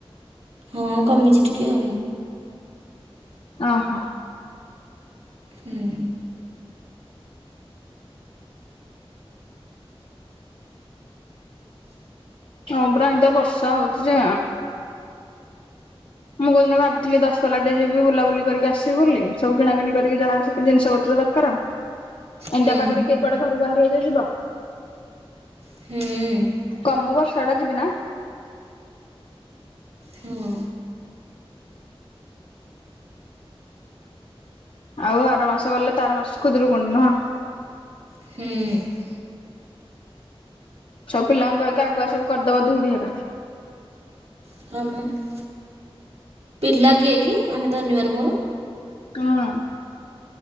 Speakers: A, on the right (about 85°); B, on the left (about 60°).
A: ହଁ କମିଚି ଟିକେ ଆଉ।
B: ଅ ହଁ।
A: ହୁଁ ହୁଁ।
B: ହଁ ପରା ଏମିତିଆ ବର୍ଷା ହୋଉଚି ଯେ ମୁଁ କୋଉଦିନ ଭାବୁଥିଲି <unintelligible> ଟେ ଯିବି ବୁଲାବୁଲି କରିକି ଆସିବି ବୋଲି ସବୁ କିଣା କିିଣି କରିକି ଯାହା ଜିନିଷ ପତ୍ର <unintelligible> ଏମିତିଆ
A: ହୁଁ
B: ପାଗରେ କି କୁଆଡେ ଘରୁ ବାହାରିବ ଯେ ଯିବ।
A: <unintelligible>
B: କମୁ ବର୍ଷା ଟା ଯିବି ନା।
A: ହଁ।
B: ଆଉ ଆର ମାସ ଗଲେ ତାର ମାସ ଖୁଦରୁକୁଣି ନୁହଁ?
A: ହୁଁ।
B: ସବୁ ପିଲାଙ୍କୁ କହିକି ଆଗୁଆ ସବୁ କରିଦବ <unintelligible> ହେକା।
A: <unintelligible> ପିଲା କିଏ କି ଆମେ ଧନିବାର ମୋର।
B: <unintelligible>